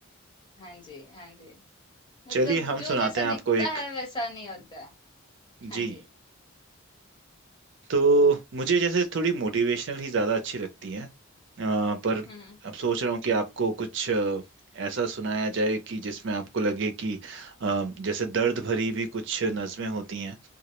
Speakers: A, on the left; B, on the right.
A: हाँ जी हाँ जी मतलब
B: चलिए हम
A: जो
B: सुनाते
A: जैसा
B: हैं आपको
A: दिखता
B: एक
A: है वैसा नहीं होता है हाँ
B: जी
A: जी
B: तो मुझे जैसे थोड़ी मोटिवेशनल ही ज़्यादा अच्छी लगती हैं अ, पर
A: हम्म
B: अब सोच रहा हूँ कि आपको कुछ अ, ऐसा सुनाया जाए कि जिसमें आपको लगे कि अ, जैसे दर्द भरी भी कुछ नज़में होती हैं